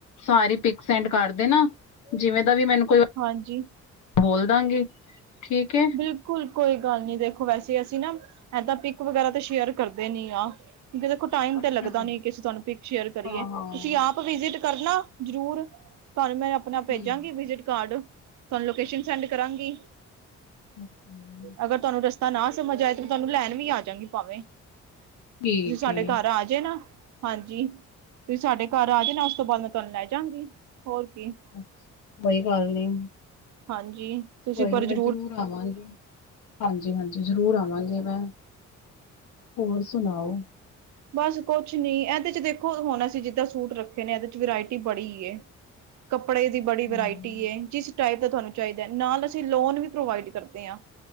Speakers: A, on the left (about 75°); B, on the right (about 70°).
A: ਸਾਰੀ ਪਿਕ ਸੈਂਡ ਕਰਦੇ ਨਾ ਜਿਵੇਂ ਦਾ ਵੀ ਮੈਨੂੰ ਕੋਈ
B: ਹਾਂਜੀ
A: ਬੋਲਦਾਂ ਗਏ ਠੀਕ
B: ਬਿਲਕੁਲ ਕੋਈ ਗੱਲ ਨੀ ਦੇਖੋ ਵੈਸੇ ਅਸੀਂ ਨਾ ਇਦਾਂ ਤਾਂ ਪਿਕ ਵਗੈਰਾ ਤੇ ਸ਼ੇਅਰ ਕਰਦੇ ਨੀ ਆ ਕਿਉਂਕਿ ਦੇਖੋ ਟਾਈਮ
A: ਅੱਛਾ
B: ਤੇ ਲੱਗਦਾ
A: ਜੀ
B: ਨੀ ਕਿਸੇ ਤੁਹਾਨੂੰ ਪਿਕ ਸ਼ੇਅਰ ਕਰੀਏ
A: ਹਾਂ ਹਾਂ
B: ਤੁਸੀਂ ਆਪ ਵਿਜਿਟ ਕਰਨਾ ਜਰੂਰ ਤੁਹਾਨੂੰ ਮੈਂ ਆਪਣੇ ਆਪ
A: ਠੀਕ
B: ਭੇਜਾਂਗੀ ਵਿਜਿਟ ਕਾਰਡ ਤੁਹਾਨੂੰ ਲੋਕੇਸ਼ਨ ਸੈਂਡ ਕਰਾਂਗੀ
A: ਓਕੇ,
B: ਅਗਰ ਤੁਹਾਨੂੰ ਰਸਤਾ ਨਾ ਸਮਝ ਆਏ ਤੇ ਤੁਹਾਨੂੰ ਲੈਣ ਵੀ ਆ ਜਾਵਾਂਗੀ ਭਾਵੇਂ ਤੁਸੀਂ
A: ਠੀਕ
B: ਸਾਡੇ
A: ਹੈ
B: ਘਰ ਆਜੇ ਨਾ, ਹਾਂਜੀ ਤੁਸੀਂ ਸਾਡੇ ਘਰ ਆ ਜਾ ਨਾ ਉਸ ਤੋਂ ਬਾਅਦ ਮੈਂ ਤੁਹਾਨੂੰ ਲੈ ਜਾਵਾਂਗੀ, ਹੋਰ ਕੀ
A: ਅੱਛਾ, ਕੋਈ ਗੱਲ ਨੀ
B: ਹਾਂਜੀ, ਤੁਸੀਂ
A: ਕੋਈ
B: ਪਰਜ
A: ਨੀ ਮੈਂ ਜ਼ਰੂਰ ਆਵਾਂਗੀ, ਹਾਂਜੀ- ਹਾਂਜੀ ਜ਼ਰੂਰ ਆਵਾਂਗੀ ਹਾਂਜੀ ਮੈਂ, ਹੋਰ ਸੁਣਾਓ
B: ਬਸ ਕੁਛ ਨੀ ਇਹਦੇ ਚ ਦੇਖੋ ਹੁਣ ਅਸੀਂ ਜਿੱਦਾਂ ਸੂਟ ਰੱਖੇ ਨੇ ਇਹਦੇ ਚ ਵਰਾਇਟੀ ਬੜੀ ਕੱਪੜੇ ਦੀ ਬੜੀ ਵਰਾਇਟੀ
A: ਹਾਂ
B: ਏ, ਜਿਸ ਟਾਈਪ ਦਾ ਤੁਹਾਨੂੰ ਚਾਹੀਦਾ, ਨਾਲ ਅਸੀਂ ਲੋਨ ਵੀ ਪ੍ਰੋਵਾਈਡ ਕਰਦੇ ਹਾਂ